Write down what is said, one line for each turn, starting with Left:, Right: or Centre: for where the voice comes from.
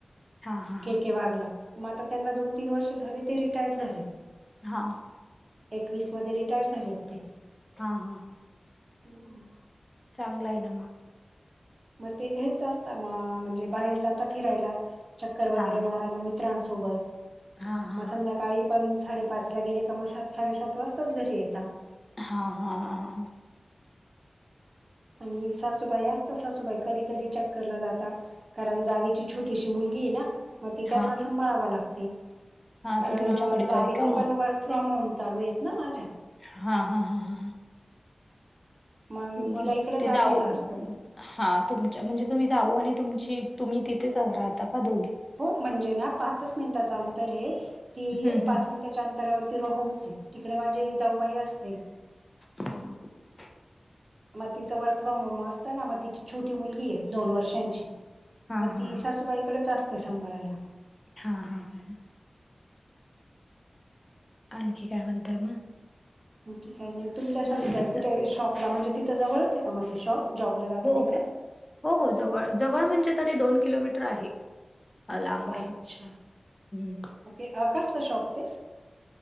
Left: हा हा
Right: के
Left: हा
Right: के वाघला. मग आता त्यांना दोन तीन वर्ष झाले, ते रिटायर झाले.
Left: हा
Right: एकवीस मध्ये रिटायर झालेत ते.
Left: हा हा, हा,
Right: हम् हम,
Left: चांगला य ना मऽ
Right: मग ते घरीच असता म,, म्हणजे बाहेर जाता फिरायला,, चक्कर वगैरे
Left: हा हा
Right: मारायला मित्रांसोऽ सोबत,,
Left: हा हा
Right: मग सं्याकाळी पणऽ साडेपाच ला गेले का म सात साडेसात वाजताच घरी येतात
Left: हा हा हां हां हां
Right: आणि सासूबाई असत सासूबाई कधी कधी चक्करला जाता कारण जावीची छोटीशी मुलगी आहे ना म ती त्यांना
Left: हा
Right: सांभाळाव लागते.
Left: हा
Right: कारण
Left: ती तुमच्याकडेच
Right: जावेच
Left: आहे का मग
Right: पण वर्क फ्रॉम होम चालू हेत ना माझ्या.
Left: हा हा हा हा हा
Right: मग
Left: म
Right: तिला इकडंच
Left: ते
Right: आणलेलं
Left: जाऊ
Right: असतं
Left: हा तुमच्या म्हणजे तुम्ही जाऊ आणि तुमची तुम्ही तिथेच राहता का दोघी.
Right: हो म्हणजे ना पाच मिनिटाचा अंतर आहे ती
Left: हम्म हम्म
Right: पाच मिन त्याच्या अंतरावरती रोहाऊस आहे तिकडे माझी जाऊबाई असते.
Left: हा हा
Right: म तिचं वर्क फ्रॉम होम असतं ना म तिची छोटी मुलगी आहे दोन वर्षांची.
Left: हा
Right: म
Left: हा
Right: ती
Left: हा
Right: सासूबाईकडेच असते सांभाळायला
Left: हा हा हा ह आणखी काय म्हणताय मग
Right: आणखी काय नाही तुमच्या
Left: मुलगीच
Right: सासूबाई कुठे शॉपला म्हणजे तिथं जवळच आहे का म ते शॉप जॉबला जाता
Left: हो
Right: तिकडे
Left: हो हो जवळ जवळ म्हणजे तरी दोन किलोमीटर आहे. अ, लांब आहे
Right: अच्छा
Left: हम्म
Right: ओके अ कसलं शॉप ते